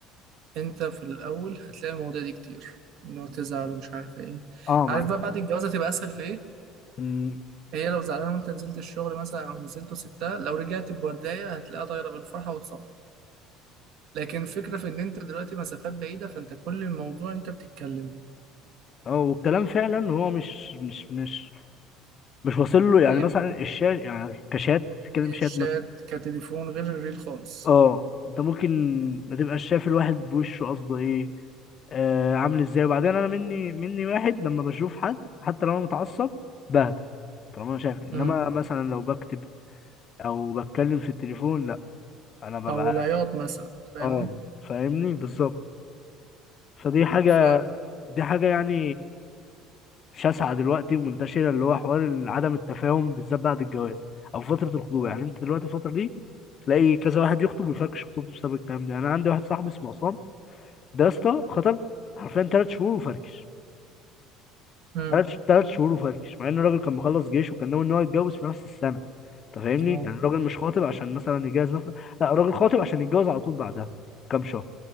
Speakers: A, on the right; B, on the left.
A: انت في الاول هتلاقي المواضيع دي كتير انه تزعل ومش عارف ايه
B: اه مع
A: عارف بقى بعد الجواز هتبقى اسهل في ايه
B: م-
A: هي لو زعلانه وانت نزلت الشغل مثلا او نزلت وسبتها لو رجعت بورديه هتلاقيها طايره بالفرحه وتصالح لكن الفكره في ان انت دلوقتي مسافات بعيده فانت كل الموضوع انت بتتكلم
B: اه والكلام فعلا هو مش مش مش مش واصل له يعني
A: هي
B: مثلا الشات يعني كشات بتتكلم شات
A: الشات
B: مثلا
A: كتليفون غير الريل خالص
B: اه انت ممكن ما تبقاش شايف الواحد بوشه قصده ايه آه عامل ازاي وبعدين انا مني مني واحد لما بشوف حد حتى لو انا متعصب بهدى طالما انا شايف انما
A: امم
B: مثلا لو بكتب او بتكلم في التليفون لا انا ببقى
A: او العياط مثلا فاهمني
B: اه فاهمني بالظبط فدي حاجة
A: ف
B: دي حاجة يعني شاسعه دلوقتي ومنتشره اللي هو حوار إن عدم التفاهم بالذات بعد الجواز او فتره الخطوبه يعني انت دلوقتي الفتره دي تلاقي كذا واحد يخطب ويفركش خطوبته بسبب الكلام ده يعني انا عندي واحد صاحبي اسمه عصام ده يا اسطى خطب حرفيا ثلاث شهور وفركش
A: امم
B: ثلاث ثلاث شهور وفركش مع ان الراجل كان مخلص جيش وكان ناوي ان هو يتجوز في نفس السنه انت فاهمني
A: اه
B: يعني الراجل مش خاطب عشان مثلا يجهز نفسه لا الراجل خاطب عشان يتجوز على طول بعدها بكام شهر